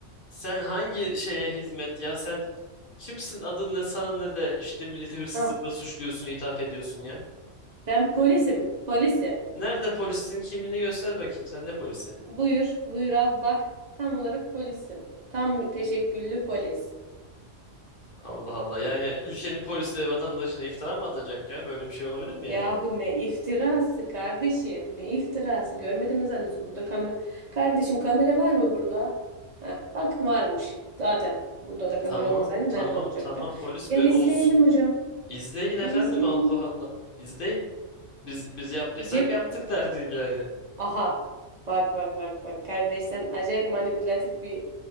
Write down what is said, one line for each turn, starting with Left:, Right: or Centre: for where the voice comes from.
Left: sen hangi şeye hizmet ya? Sen kimsin? Adın ne? Sana ne de işte milleti hırsızlıkla
Right: Ah,
Left: suçluyorsun, ithaf ediyorsun ya.
Right: ben polisim. Polisim.
Left: Nerede polissin? Kimliğini göster bakayım. Sen ne polisi?
Right: Buyur, buyur al bak. Tam olarak polisim. Tam teşekküllü polis.
Left: Allah Allah. Yani ülkenin polisi de vatandaşına iftira mı atacak ya? Böyle bir şey olabilir mi
Right: Yahu
Left: yani?
Right: ne iftirası kardeşim, ne iftirası. Görmedi mi zannediyorsun burada kamera? Kardeşim kamera var mı burada? Heh, bak varmış zaten. Burada
Left: E,
Right: da
Left: tamam
Right: kamera olmasaydı
Left: tamam
Right: nerede olacaktı?
Left: tamam polis
Right: Gel
Left: be
Right: izleyelim
Left: olsun.
Right: hocam.
Left: İzleyin
Right: Gel
Left: efendim
Right: izleyelim.
Left: Allah Allah. İzleyin. Biz biz yaptıysak
Right: Cep
Left: yaptık derdik yani.
Right: Aha. Bak bak bak bak. Kardeş sen acayip manipülatif bir